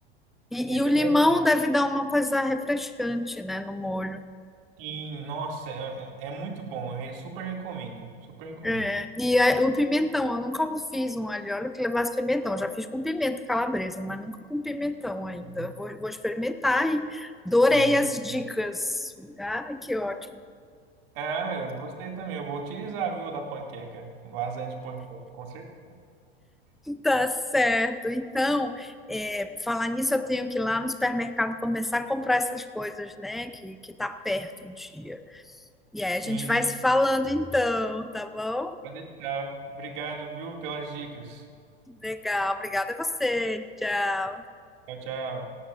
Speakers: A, in the centre; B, on the right (about 65°).
A: E,
B: E é
A: e
B: bem
A: o limão
B: levinho.
A: deve dar uma coisa refrescante, né, no molho.
B: E nossa, é, é é muito bom. Eu re- super recomendo, super recomendo.
A: É, e aí, o pimentão, eu nunca fiz um alho e óleo que levasse pimentão. Já fiz com pimenta calabresa, mas nunca com pimentão ainda.
B: Uhum.
A: Vou, vou experimentar e adorei
B: Experimenta
A: as
B: assim.
A: dicas. Ai, que ótimo.
B: Ah, eu gostei também. Eu vou utilizar, viu, da panqueca. Lasanha de panqueca, com certeza.
A: Tá certo. Então, é, falar nisso, eu tenho que ir lá no supermercado começar a comprar essas coisas, né? Que, que tá perto o dia. E aí a
B: <laughs>
A: gente
B: Sim.
A: vai se falando então, tá bom?
B: Pode deixar. Obrigado, viu, pelas dicas.
A: Legal. Obrigada a você. Tchau.
B: Tchau, tchau.